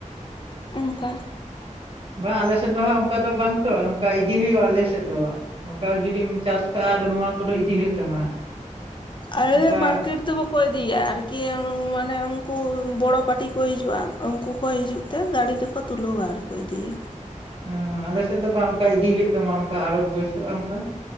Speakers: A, on the left; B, on the right.
A: ᱚᱱᱠᱟ
B: ᱵᱟᱝ ᱟᱞᱮ ᱥᱮᱫ ᱫᱚ ᱦᱟᱸᱜ ᱚᱱᱠᱟ ᱫᱚ ᱵᱟᱝ ᱛᱚ ᱱᱚᱝᱠᱟ ᱤᱫᱤ ᱦᱩᱭᱩᱜᱼᱟ, ᱟᱞᱮ ᱥᱮᱜ ᱫᱚ᱾ ᱱᱚᱝᱠᱟ ᱡᱩᱫᱤᱢ ᱪᱟᱥ ᱠᱟᱜᱼᱟ ᱟᱫᱚ ᱱᱚᱣᱟ ᱠᱚᱫᱚ ᱤᱫᱤ ᱦᱳᱭᱳᱜ ᱛᱟᱢᱟ ᱦᱟᱸᱜ᱾
A: ᱟᱞᱮ
B: ᱚᱱᱠᱟ
A: ᱫᱚ ᱢᱟᱨᱠᱮᱴ ᱫᱚ ᱵᱟᱠᱳ ᱠᱚ ᱤᱫᱤᱭᱟ ᱟᱨᱠᱤ ᱢᱟᱱᱮ ᱩᱱᱠᱩ ᱵᱚᱲᱚ ᱯᱟᱹᱴᱤ ᱠᱚ ᱦᱤᱡᱩᱜᱼᱟ᱾ ᱩᱱᱠᱩ ᱠᱚ ᱦᱤᱡᱩᱜ ᱛᱮ ᱜᱟᱹᱲᱤ ᱨᱮᱠᱚ ᱛᱩᱞᱟᱹᱣᱟ ᱟᱨ ᱠᱚ ᱤᱫᱤᱭᱤᱭᱟ,
B: ᱦᱚᱸ ᱟᱞᱮᱥᱮᱜ ᱫᱚ ᱵᱟᱝ ᱚᱱᱠᱟ ᱤᱫᱤ ᱦᱩᱭᱩᱜ ᱛᱟᱢᱟ ᱚᱱᱠᱟ ᱟᱲᱚᱛ ᱵᱟᱹᱭᱥᱟᱹᱜᱼᱟ ᱚᱱᱠᱟ᱾